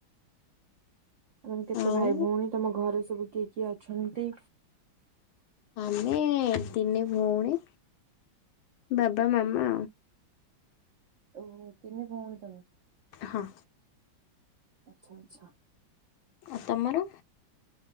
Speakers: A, on the right; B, on the left.
A: ତୋମର କେତେ
B: ଆଉ
A: ଭାଇ ଭଉଣୀ? ତୋମ ଘରେ ସବୁ କିଏ କିଏ ଅଛନ୍ତି?
B: ଆମେ ତିନି ଭଉଣୀ ବାବା, ମାମା।
A: ଓହୋ, ତିନି ଭଉଣୀ ତୋମେ।
B: ହଁ।
A: ଆଚ୍ଛା, ଆଚ୍ଛା।
B: ଆଉ ତମର?